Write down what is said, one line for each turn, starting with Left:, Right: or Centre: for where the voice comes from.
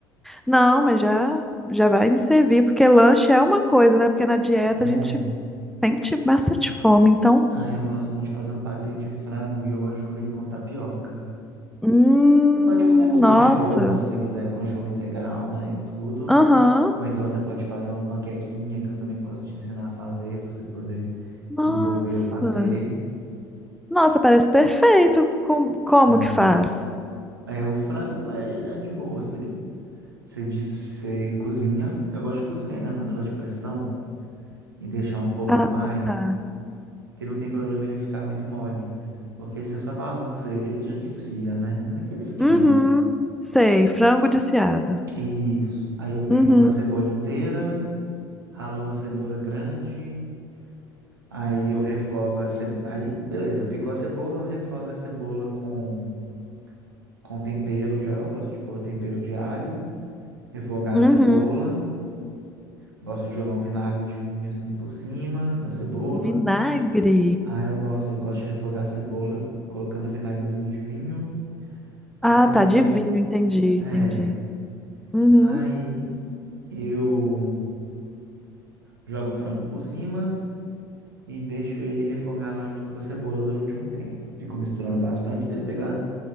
Centre: Não, mas já, já vai me servir, porque lanche é uma coisa, né? Porque na dieta
Right: É.
Centre: a gente sente bastante fome, então.
Right: Ai, eu gosto muito de fazer um patê de frango e eu gosto de comer ele com tapioca.
Centre: Hum,
Right: Você pode comer com
Centre: nossa.
Right: pão de forma, se você quiser, pão de forma integral, né, e tudo.
Centre: Aham.
Right: Ou então você pode fazer uma panquequinha que eu também posso te ensinar a fazer para você poder
Centre: Nossa.
Right: envolver o patê.
Centre: Nossa, parece perfeito. Com, como
Right: É.
Centre: que faz?
Right: É, o frango é, é de boa. Você, você diz, você cozinha. Eu gosto de cozinhar ele na panela de pressão e deixar um pouco
Centre: Ah,
Right: a mais,
Centre: tá.
Right: que não tem problema ele ficar muito mole. Porque aí você só balança ele, ele já desfia, né? Naquele esquema.
Centre: Uhum. Sei, frango desfiado.
Right: Isso. Aí eu pico
Centre: Uhum.
Right: uma cebola inteira, ralo uma cenoura grande, aí eu refogo a cebola. Aí, beleza, picou a cebola, refoga a cebola com, com tempero já. Eu gosto de pôr tempero de alho, refogar
Centre: Uhum.
Right: a cebola. Gosto de jogar um vinagre de vinho assim por cima da cebola.
Centre: Vinagre.
Right: Aí eu gosto, eu gosto de refogar a cebola colocando vinagrezinho de vinho. Aí,
Centre: Ah, tá, de vinho, entendi,
Right: é,
Centre: entendi. Uhum.
Right: aí eu jogo o frango por cima e deixo ele refogar lá junto com a cebola durante um tempo. Fico misturando bastante até ele pegar